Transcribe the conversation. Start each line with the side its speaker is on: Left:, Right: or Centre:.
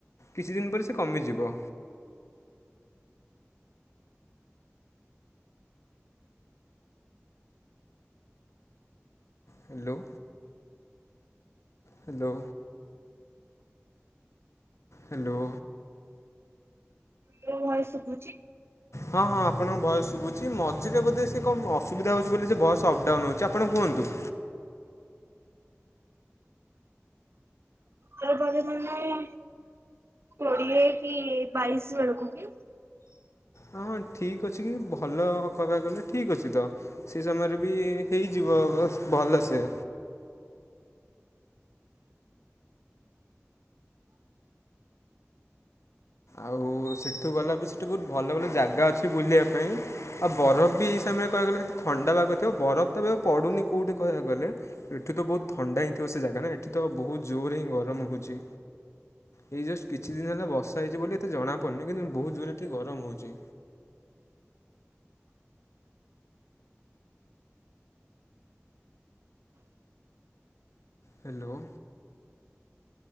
Left: କିଛି ଦିନ ପରେ ସେ କମିଯିବ। ହ୍ୟାଲୋ ହ୍ୟାଲୋ ହ୍ୟାଲୋ
Right: ମୋ ଭଏସ ଶୁଭୁଛି?
Left: ହଁ ହଁ ଆପଣଙ୍କ ଭଏସ ଶୁଭୁଛି ମଝିରେ ବୋଧେ ସେ କଣ ଅସୁବିଧା ହଉଛି ବୋଲି ସେ ଭଏସ ଅପଡାଉନ ହଉଛି ଆପଣ କୁହନ୍ତୁ।
Right: ଟା ବେଳେ ମାନେ କୋଡିଏ କି ବାଇଶି ବେଳକୁ କି?
Left: ହଁ ହଁ ଠିକ୍ ଅଛି କି ଭଲ କହିବାକୁ ଗଲେ ଠିକ୍ ଅଛି ତ ସେ ସମୟରେ ବି ହେଇଯିବ ଭଲସେ ଆଉ ସେଠୁ ଗଲା ବି ସେଠି ବହୁତ ଭଲ ଭଲ ଜାଗା ଅଛି ବୁଲିବା ପାଇଁ, ଆଉ ବରଫ ବି ଏଇ ସମୟରେ କହିବାକୁ ଗଲେ ସେଠି ଥଣ୍ଡା ଭାଗ ଥିବ ବରଫ ତ ବି ଆଉ ପଡୁନି କୋଉଠି କହିବାକୁ ଗଲେ ଏଠୁ ତ ବହୁତ ଥଣ୍ଡା ହିଁ ଥିବ ସେ ଜାଗା ନା ଏଠି ତ ବହୁତ ଜୋର ହିଁ ଗରମ ହଉଛି। ଏଇ ଜଷ୍ଟ କିଛି ଦିନ ହେଲା ବର୍ଷା। ବର୍ଷା ହେଇଛି ବୋଲି ଏତେ ଜଣା ପଡୁନି କିନ୍ତୁ ବହୁତ ଜୋରେ ଏଠି ଗରମ ହଉଛି। ହ୍ୟାଲୋ